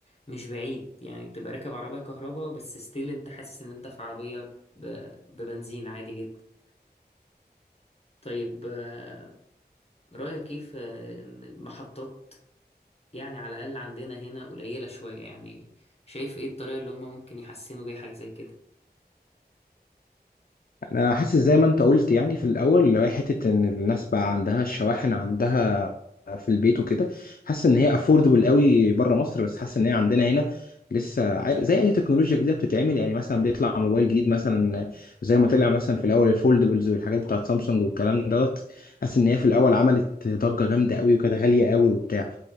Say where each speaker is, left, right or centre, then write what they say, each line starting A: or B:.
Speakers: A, on the left (about 35°); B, on the left (about 60°).
A: مش بعيد يعني بتبقى راكب عربيه كهرباء بس ستيل انت حاسس ان انت في عربيه ب- ببنزين عادي جدا طيب آه، رأيك كيف آه، إن المحطات يعني على الأقل عندنا هنا قليلة شوية يعني شايف إيه الطريقة اللي هما ممكن يحسنوا بيها حاجة زي كده؟
B: انا حاسس زي ما انت قلت يعني في الاول اللي هي حته ان الناس بقى عندها الشواحن عندها في البيت وكده حاسس ان هي افوردبل قوي بره مصر بس حاسس ان هي عندنا هنا لسه عارف زي اي تكنولوجيا جديده بتتعمل يعني مثلا بيطلع موبايل جديد مثلا زي ما طلع مثلا في الاول الفولدبلز والحاجات بتاعت سامسونج والكلام دوت حاسس ان هي في الاول عملت ضجه جامده قوي وكانت غاليه قوي وبتاع